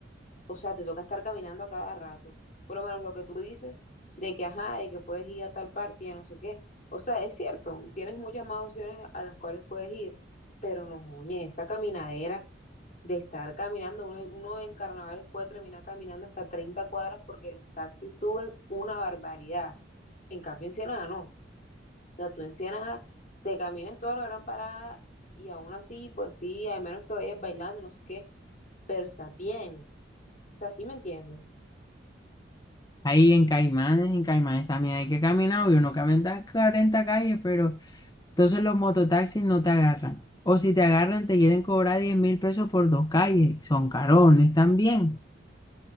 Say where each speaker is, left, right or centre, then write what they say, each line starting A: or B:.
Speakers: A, on the left; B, on the left.
A: o sea, te toca estar caminando a cada rato. Por lo menos lo que tú dices de que, ajá, de que puedes ir a tal parte y a no sé qué. O sea, es cierto, tienes muchas más opciones a las cuales puedes ir, pero no, oye, esa caminadera de estar caminando, uno, uno en carnavales puede terminar caminando hasta 30 cuadras porque los taxis suben una barbaridad. En cambio, en Ciénaga no. O sea, tú en Ciénaga te caminas toda la gran parada y aún así, pues sí, a menos que vayas bailando, no sé qué, pero estás bien. O sea, ¿sí me entiendes?
B: Ahí en Caimanes, en Caimanes también hay que caminar, obvio, no caminar 40 calles, pero Entonces los mototaxis no te agarran. O si te agarran, te quieren cobrar diez mil pesos por dos calles. y Son carones también.